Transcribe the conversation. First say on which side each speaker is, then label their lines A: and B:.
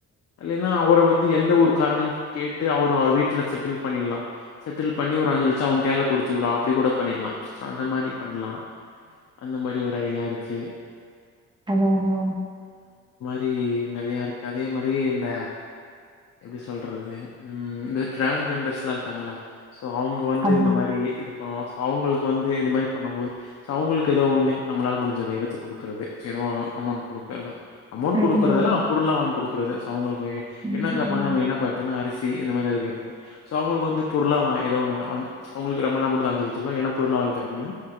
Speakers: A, on the left; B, on the right.
A: இல்லைன்னா அவர வந்து எந்த ஊரு காரங்கன் கேட்டு அவர அவர் வீட்ல செட்டில் பண்ணில்லா செட்டில் பண்ணி ஒரு அஞ்சு லச்சோ அவுங் கைல குடுத்துன் அப்டி கூட பண்ணிர்லா சோ அந்த மாரி பண்லா அந்த மாரி ஒரு ஐடியாருக்கு
B: அதா அதா
A: ரி நறையருக்கு அதே மாரி இந்த எப்டி சொல்றது ம் இந்த டிரான்ஜெண்டர்ஸ்லா இருக்காங்ள சோ அவங்க வந்து
B: ஆமா.
A: இந்த மாரி இதுப்ப அவுங்குளுக்கு வந்து இந்த மாரி பண்ணம்போது ஸோ அவுங்குளுக்கு எதோ ஒன்னு நம்ளால முடிஞ்சது எடுத்து குடுக்குறது ஸோ எதோ அமௌண்ட் குடுக்கறது அமௌண்ட் குடுக்குறதுல
B: ம், ம்.
A: பொருள்லா வாங்கி குடுக்குறது சோ அவுங்களுக்கு எ
B: ம்.
A: என்ன கேப்பாங்க மெயினா பாத்தீனா அரிசி இந்த மாரி எதா கேப்பாங்க சோ அவுங்களுக்கு வந்து பொருளா வா எதோ ஒன் <unintelligible> அவுங்களுக்கு நம்லா முடிஞ்ச அ <unintelligible> என்ன பொருளா வாங்கி தர முடியுமோ